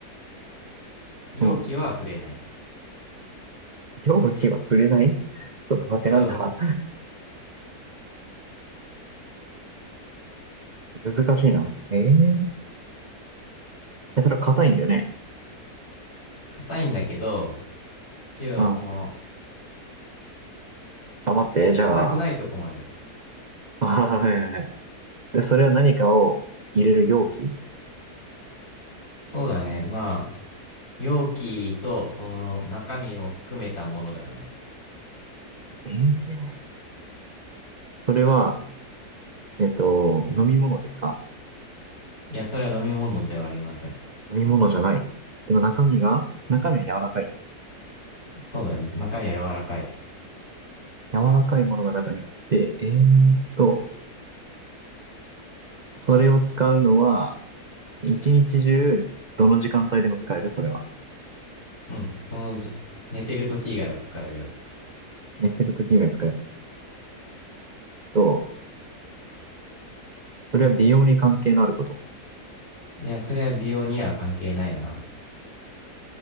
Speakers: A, on the left (about 65°); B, on the right (about 50°).
A: 容器は触れない。
B: うん。容器は触れないちょっと待って、
A: けど、
B: なんだ <laughs> 難しいな。えーえ、それは硬いんだよね。
A: 硬いんだけど、けど、
B: うん。
A: その、
B: あ、待って、じゃあ、
A: 硬くないとこもある。
B: <laughs> あはいはいはい。で、それは何かを入れる容器
A: そうだね。まあ、容器とその中身を含めたものだよね。
B: えーそれは、えっと、飲み物ですか
A: いや、それは飲み物ではありません。
B: 飲み物じゃない。でも中身が、中身は柔らかい。
A: そうだね。中身は柔らかい。
B: 柔らかいものが中にあって、えーっと、それを使うのは、一日中、どの時間帯でも使えるそれは。
A: うん。そのじ、寝てる時以外は使えるよ。
B: 寝てる時以外使えると、それは美容に関係のあること。
A: いや、それは美容には関係ないな。